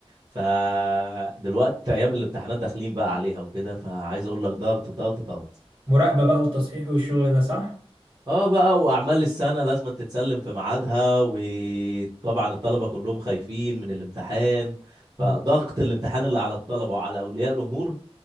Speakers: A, on the right; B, on the right.
A: فدلوقتي ايام الامتحانات داخلين بقى عليها وكده فعايز
B: ال-
A: اقول لك ضغط ضغط ضغط
B: مراقبة بقى والتصحيح والشغل ده صح
A: اه بقى واعمال السنة لازم تتسلم في ميعادها وطبعا الطلبة كلهم خايفين من الامتحان فضغط
B: مم.
A: الامتحان اللي على الطلبة وعلى اولياء الامور